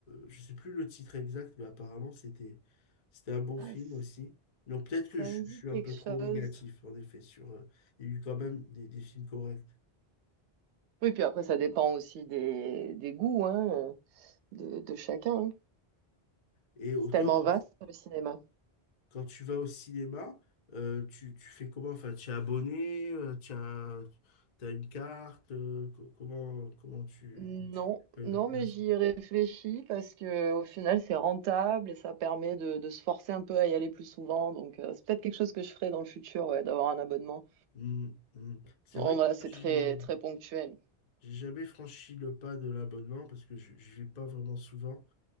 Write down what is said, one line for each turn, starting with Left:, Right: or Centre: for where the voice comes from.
Left: je sais plus le titre exact, mais apparemment c'était c'était un bon
Right: Ah,
Left: film
Right: c-
Left: aussi. Donc peut-être que
Right: ça
Left: je,
Right: me dit
Left: je suis
Right: quelque
Left: un peu
Right: chose.
Left: trop négatif, en effet, sur... euh, il y a eu quand même des, des films corrects.
Right: Oui, puis après, ça dépend aussi des, des goûts, hein, de, de chacun. hein.
Left: Et au-
Right: C'est tellement
Left: toi, quand
Right: vaste, le cinéma.
Left: quand tu vas au cinéma, euh, tu, tu fais comment? Enfin, tu es abonné, euh, tu as, t'as une carte, euh, co- comment, comment tu,
Right: Non,
Left: tu payes
Right: non,
Left: la place?
Right: mais j'y ai réfléchi parce que au final c'est rentable et ça permet de, de se forcer un peu à y aller plus souvent. Donc euh, c'est peut-être quelque chose que je ferai dans le futur, ouais, d'avoir un abonnement.
Left: Mm, mm. C'est
Right: Non,
Left: vrai
Right: voilà,
Left: que
Right: c'est
Left: j'ai
Right: très très ponctuel.
Left: j'ai jamais franchi le pas de l'abonnement parce que je je vais pas vraiment souvent.